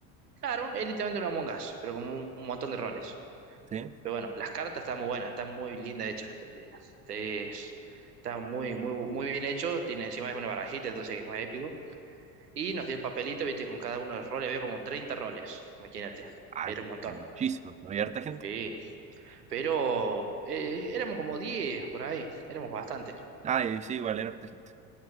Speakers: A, on the right; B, on the right.
A: Claro, un- es literalmente una Among Us, pero con un, un montón de roles.
B: sí.
A: Pero bueno, las cartas están muy buenas, están muy lindas hechas. te- te- es- están muy, muy, muy bien hecho. Tiene encima es una barajita, entonces es más épico. Y nos dio el papelito, viste, con cada uno de los roles. Había como 30 roles, imagínate.
B: Ah,
A: Era un montón.
B: muchísimo, ¿no? hay harta gente.
A: Sí. Pero eh, éramos como 10 por ahí. Éramos bastante.
B: Ah, eh, sí, igual hay harta gente.